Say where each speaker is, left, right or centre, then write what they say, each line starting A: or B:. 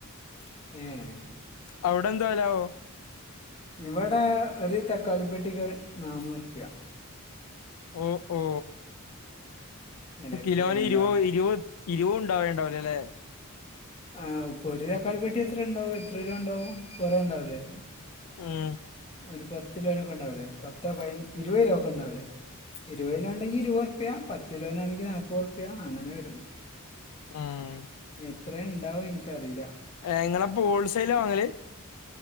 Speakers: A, on the left; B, on the left.
A: <inaudible>
B: അവിടെന്തോ വലാവോ
A: ഇവിടെ ഒരു തക്കാളിപ്പെട്ടിക്ക് നാന്നൂറു പ്പിയാ
B: ഓ ഹോ
A: ഇത് എത്ര
B: കിലോന്
A: ഉണ്ടാവും
B: ഇരുപ ഇരുപത് ഇരുപത് ഉണ്ടാവേണ്ടാവരും ല്ലേ
A: ആ ഇപ്പൊ ഒരു തക്കാളി പെട്ടി എത്ര ഇണ്ടാവും എത്ര കിലോ ഉണ്ടാവും കൊറേ ഉണ്ടാവും ലേ
B: ആഹ്
A: ഒരു പത്ത് രൂപഒക്കെ ഉണ്ടാവില്ലേ പത്തോ പ ഇരുപത് രൂപ ഒക്കെ ഉണ്ടാവില്ലേ ഇരുപതിലോ ഉണ്ടെങ്കിൽ ഇരുപത് റുപ്യ പത്തിലോനാണെങ്കിൽ നാൽപ്പത് റുപ്യ അങ്ങനെ വരും
B: ആഹ്
A: എത്ര ഇണ്ടാവും എനിക്കറിയില്ല
B: നിങ്ങളപ്പോ ഹോൾസെയിലാ വാങ്ങല്